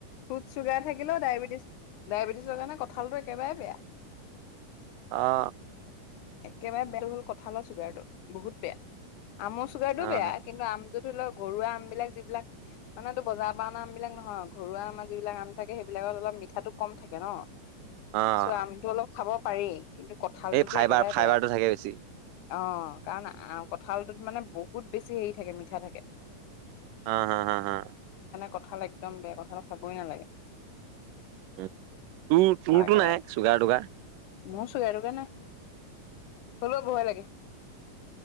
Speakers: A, on the left; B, on the right.
A: ফ্ৰুট ছুগাৰ থাকিলেও ডায়েবেটিছ-ডায়েবেটিছৰ কাৰণে কঁঠালটো একেবাৰে বেয়া।
B: অ'।
A: একেবাৰে বেয়া <unintelligible> হ'ল কঠালৰ চুগাৰটো, বহুত বেয়া। আমৰ চুগাৰটো
B: অ',
A: বেয়া, কিন্তু আম তো ধৰি লওক, ঘৰুৱা আম বিলাক যিবিলাক মানেতো বজাৰ পৰা অনা আম বিলাক নহয়, ঘ ঘৰুৱা আমাৰ যিবিলাক আম থাকে, সেইবিলাকত অলপ মিঠাটো কম থাকে ন।
B: অ',
A: চ' আমটো অলপ খাব পাৰি। কিন্তু কঁঠালটোতো
B: এই ফাইবাৰ
A: একেবাৰে
B: ফাইবাৰটো
A: বেয়া।
B: থাকে বেছি
A: অ', কাৰণ আ-কঁঠালটোত মানে বহুত বেছি হেৰি থাকে মিঠা থাকে।
B: হা, হা, হা, হা।
A: কঠাল একদম বেয়া। কঠালক খাবই নেলাগে।
B: উম, তোৰ-তোৰতো
A: একেবাৰে
B: নাই চুগাৰ-তুগাৰ?
A: মোৰ চুগাৰ-তুগাৰ নাই, হ'লেও বহয় লাগে।